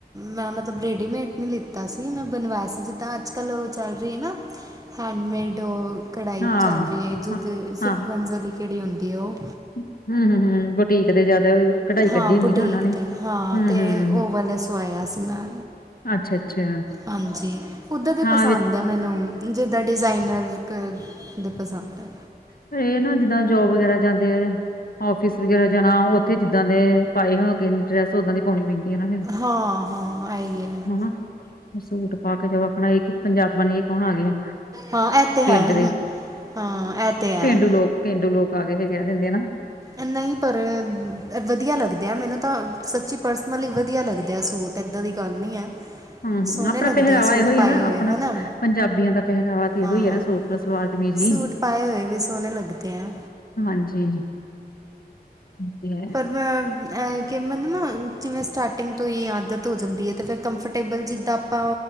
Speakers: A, on the right; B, on the left.
A: ਮੈਂ ਮਤਲਬ ਰੇਡੀਮੇਟ ਨਹੀਂ ਲਿੱਤਾ ਸੀ ਮੈਂ ਬਣਵਾਇਆ ਸੀ ਜਿੱਦਾਂ ਅੱਜਕਲ੍ਹ ਅੱਜ ਕੱਲ ਚੱਲ ਰਹੀ ਐ ਨਾ ਹੈਂਡ ਮੇਡ ਡੋਲ ਕਢਾਈ
B: ਹਾਂ
A: ਚੱਲ ਰਹੀ ਐ ਜਿਹਦੇ
B: ਹਾਂ
A: ਸਿਕੁੈਂਸ
B: ਹਾਂ
A: ਵਾਲੀ ਕਿਹੜੀ ਹੁੰਦੀ ਹੈ ਉਹ।
B: ਹਮ ਹਮ ਹਮ ਬੁਟੀਕ ਦੇ ਜਿਆਦਾ ਕਢਾਈ ਕੱਢੀ
A: ਹਾਂ
B: ਹੁੰਦੀ
A: ਬੁਟੀਕ
B: ਨਾ ਉਹਨਾਂ ਨੇ
A: ਤੇ ਹਾਂ
B: ਹਮ
A: ਤੇ
B: ਹਮ
A: ਉਹ ਵਾਲੇ। ਪਾਇਆ ਸੀ ਮੈਂ
B: ਅੱਛਾ ਅੱਛਾ
A: ਹਾਂਜੀ ਓਦਾ ਦੇ
B: ਹਾਂ
A: ਪਸੰਦ
B: ਵਿੱਚ
A: ਮੈਨੂੰ ਨੂੰ ਜਿੱਦਾ ਡਿਜ਼ਾਇਨਰ ਕ ਦੇ ਪਸੰਦ ਐ।
B: ਪਰ ਇਹ ਨਾ ਜਿੱਦਾਂ ਜੋਬ ਵਗੈਰਾ ਜਾਂਦੇ ਆ। ਆਫਿਸ ਵਗੈਰਾ ਜਾਣਾ ਉੱਥੇ ਜਿੱਦਾਂ ਦੇ ਪਾਏ ਹੋ ਕੇ ਡਰੈਸ। ਸੌ ਓਦਾ ਦੀ ਪੋਣੀ ਪੈਂਦੀਆਂ ਨਾ ਫੇਰ।
A: ਹਾਂ, ਹਾਂ ਐਈ ਐ।
B: ਹੈਨਾ, ਸੂਟ ਪਾ ਕੇ ਜਾਓ ਆਖਣਾ ਇਹ ਕਿ ਪੰਜਾਬਣ ਇਹ ਕੌਣ ਆ ਗਿਆ।
A: ਹਾਂ ਇਹ ਤਾਂ ਹੈ
B: ਪਿੰਡ ਦੇ,
A: ਹਾਂ ਇਹ ਤਾਂ ਹੈ
B: ਪੇਂਡੂ ਲੋਕ, ਪੇਂਡੂ ਲੋਕ ਆ ਗਏ ਕੈ ਦਿੰਦੇ ਆ ਨਾ।
A: ਐ ਨਈ ਪਰ ਐ ਵਧੀਆ ਲੱਗਦੇ ਆ ਮੈਨੂੰ ਤਾਂ ਸੱਚੀ ਪਰਸਨਲੀ ਵਦੀਆ ਲੱਗਦਾ ਆ ਸੂਟ। ਇੱਦਾਂ ਦੀ ਗੱਲ ਨਹੀਂ ਹੈ।
B: ਹੂੰ ਹੂੰ
A: ਸੋਨੇ
B: ਆਪਣਾ
A: ਲੱਗਦੇ
B: ਪਹਿਰਾਵਾ
A: ਆ ਸੂਟ
B: ਇਹੋ ਹੀ
A: ਪਾਏ
B: ਹੈ ਨਾ
A: ਹੋਏ,
B: ਆਪਣਾ
A: ਹੈਨਾ
B: ਪੰਜਾਬੀਆਂ ਦਾ ਪਹਿਰਾਵਾ ਤੇ ਇਹੋ
A: ਹਾਂ।
B: ਹੀ ਹੈ ਨਾ ਸੂਟ ਸਲਵਾਰ ਕਮੀਜ਼
A: ਸੂਟ
B: ਹੀ
A: ਪਾਏ ਹੋਏ ਵੀ ਸੋਨੇ ਲੱਗਦੇ ਐ।
B: ਹਾਂਜੀ, ਵਦੀਆ।
A: <unintelligible> ਐ ਕਿ ਮੈਨੂੰ ਨਾ ਜਿਵੇਂ ਸਟਾਰਟਿੰਗ ਤੋਂ ਈ ਆਦਤ ਓ ਜਾਂਦੀ ਐ ਤੇ ਫਿਰ ਕੰਫਰਟੇਬਲ ਜਿੱਦਾਂ ਆਪਾਂ